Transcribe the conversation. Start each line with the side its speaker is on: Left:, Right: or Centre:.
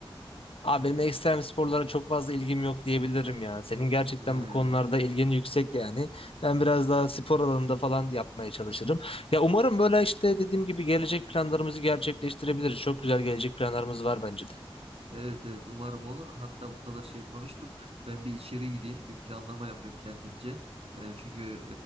Left: Abi benim ekstrem sporlara çok fazla ilgim yok diyebilirim ya. Senin gerçekten
Right: Ee,
Left: bu konularda ilgin yüksek yani. Ben biraz daha spor alanında falan yapmaya çalışırım. Ya umarım böyle işte dediğim gibi gelecek planlarımızı gerçekleştirebiliriz. Çok güzel gelecek planlarımız var bence de.
Right: evet evet umarım olur. Hatta bu kadar şey konuştuk. Ben bir içeri gideyim, bir planlama yapayım kendimce. Ee, çünkü